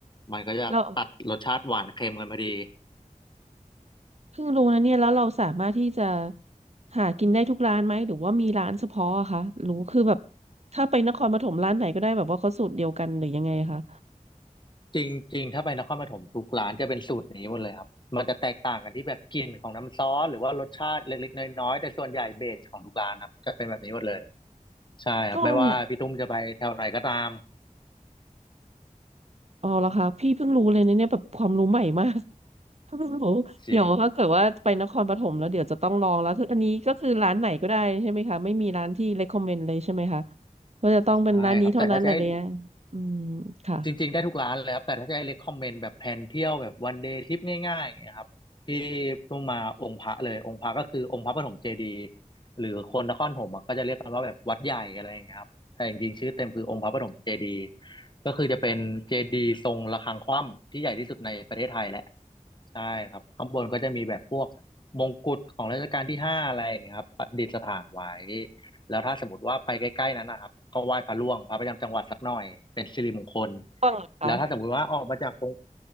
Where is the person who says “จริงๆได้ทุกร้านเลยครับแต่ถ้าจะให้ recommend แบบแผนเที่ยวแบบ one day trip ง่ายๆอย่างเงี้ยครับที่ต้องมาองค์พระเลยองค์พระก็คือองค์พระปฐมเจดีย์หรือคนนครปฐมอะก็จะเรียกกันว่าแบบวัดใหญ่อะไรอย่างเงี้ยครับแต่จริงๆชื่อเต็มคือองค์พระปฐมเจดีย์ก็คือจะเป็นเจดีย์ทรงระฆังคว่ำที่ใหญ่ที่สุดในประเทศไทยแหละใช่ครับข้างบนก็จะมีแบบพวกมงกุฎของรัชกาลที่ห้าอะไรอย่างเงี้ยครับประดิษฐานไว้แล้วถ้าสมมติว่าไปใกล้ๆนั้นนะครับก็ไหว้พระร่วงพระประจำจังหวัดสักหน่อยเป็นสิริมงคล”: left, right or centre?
Left